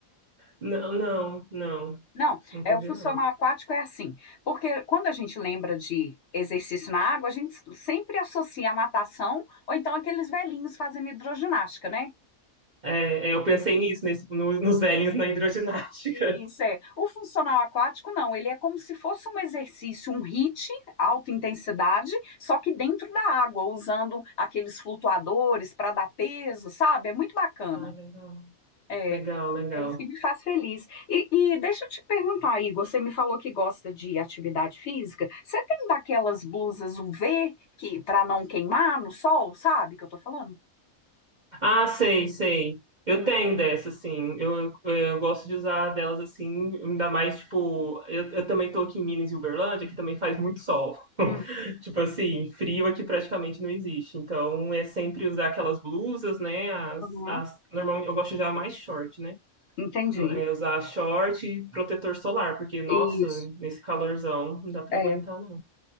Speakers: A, on the right; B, on the left.
A: Não, não, não.
B: Não,
A: Não
B: é,
A: combina,
B: o funcional
A: não.
B: aquático é assim, porque quando a gente lembra de exercício na água, a gente sempre associa a natação ou então aqueles velhinhos fazendo hidroginástica, né?
A: É, é, eu pensei nisso, nesse, no- nos velhinhos na hidroginástica.
B: Isso é. O funcional aquático, não, ele é como se fosse um exercício, um HIIT, alta intensidade, só que dentro da água, usando aqueles flutuadores para dar peso, sabe? É muito bacana.
A: Ai, legal.
B: É.
A: Legal, legal.
B: É isso que me faz feliz. E, e deixa eu te perguntar, Igor, você me falou que gosta de atividade física. Você tem daquelas blusas UV que para não queimar no sol, sabe que eu tô falando?
A: Ah, sei, sei. Eu
B: Hum,
A: tenho dessa, assim. Eu, eu, eu gosto de usar delas assim, ainda mais, tipo, eu, eu também tô aqui em Minas e Uberlândia, que também faz muito sol. <laughs>
B: uhum,
A: Tipo assim, frio aqui praticamente não existe. Então é sempre usar aquelas blusas, né? As,
B: uhum,
A: as, normalmente eu gosto de usar mais short, né?
B: entendi.
A: É usar short e protetor solar, porque, nossa,
B: Isso.
A: nesse calorzão não dá pra
B: É,
A: aguentar,